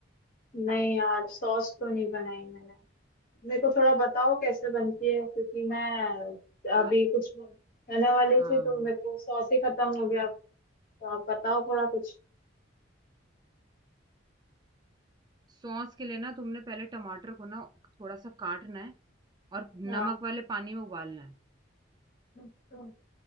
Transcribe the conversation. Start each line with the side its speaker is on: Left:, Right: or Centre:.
Left: नहीं यार सॉस तो नहीं बनाई मैंने मेरे को थोड़ा बताओ कैसे बनती है क्योंकि मैं
Right: यार
Left: अभी कुछ बनाने वाली
Right: हाँ
Left: थी तो मेरे को सॉस ही खत्म हो गया तो आप बताओ थोड़ा कुछ
Right: सॉस के लिए ना तुमने पहले टमाटर को ना थोड़ा सा काटना है और
Left: हाँ
Right: नमक वाले पानी में उबालना है
Left: अच्छा,